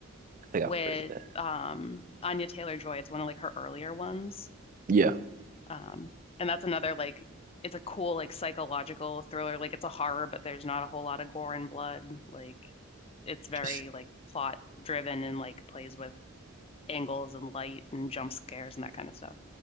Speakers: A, on the right; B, on the left.
A: I think
B: with
A: I've heard it.
B: um Anya Taylor-Joy. It's one of like her earlier ones.
A: Yeah,
B: Um, and that's another like it's a cool like psychological thriller. Like it's a horror, but there's not a whole lot of gore and blood. Like it's very
A: just
B: like plot driven and like plays with angles and light and jump scares and that kind of stuff.